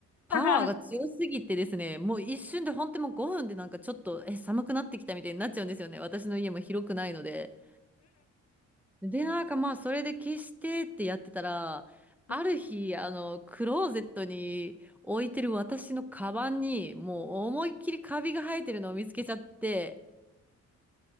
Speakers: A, in the centre; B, on the left.
A: パワーが強すぎてですね、
B: <laughs> はは。
A: もう一瞬で本当にもう5分でなんかちょっと、え、寒くなってきたみたいになっちゃうんですよね。私の家も広くないので。で、なんかまあ、それで消してってやってたら、
B: うん
A: ある日、あの、クローゼットに置いてる私のカバンに、もう思いっきりカビが生えてるのを見つけちゃって、